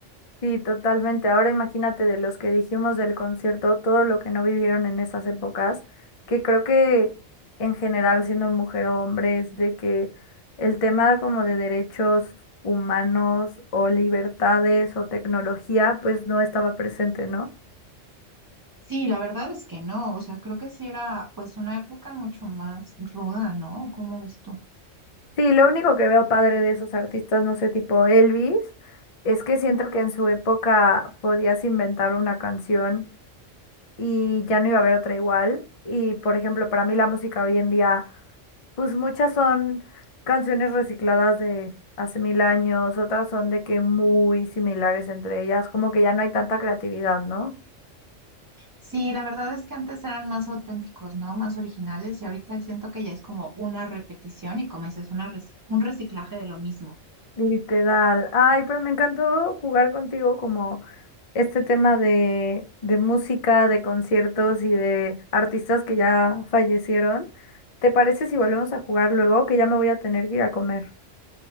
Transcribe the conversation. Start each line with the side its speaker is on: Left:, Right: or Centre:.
Left: Sí, totalmente. Ahora imagínate de los que dijimos del concierto, todo lo que no vivieron en esas épocas, que creo que en general siendo mujer o hombre es de que el tema como de derechos humanos o libertades o tecnología pues no estaba presente, ¿no?
Right: Sí, la verdad es que no, o sea, creo que sí era pues una época mucho más ruda, ¿no? ¿Cómo ves tú?
Left: Sí, lo único que veo padre de esos artistas, no sé, tipo Elvis, es que siento
Right: Ujú.
Left: que en su época podías inventar una canción y ya no iba a haber otra igual. Y por ejemplo, para mí la música hoy en día, pues muchas son canciones recicladas de hace mil años, otras son de que muy similares entre ellas, como que ya no hay tanta creatividad, ¿no?
Right: Sí, la verdad es que antes eran más auténticos, ¿no? Más originales y ahorita siento que ya es como una repetición y como dices, una reci- un reciclaje de lo mismo.
Left: Literal. Ay, pero me encantó jugar contigo como este tema de, de música, de conciertos y de artistas que ya fallecieron. ¿Te parece si volvemos a jugar luego? Que ya me voy a tener que ir a comer.